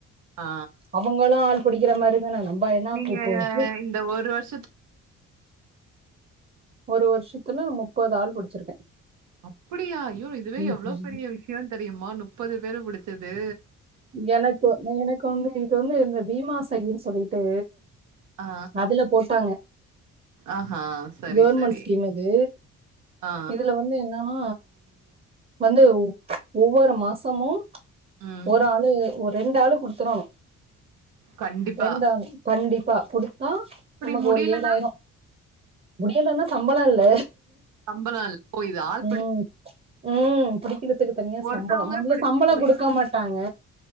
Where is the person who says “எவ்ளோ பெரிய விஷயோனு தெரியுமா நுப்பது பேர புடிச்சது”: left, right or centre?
Right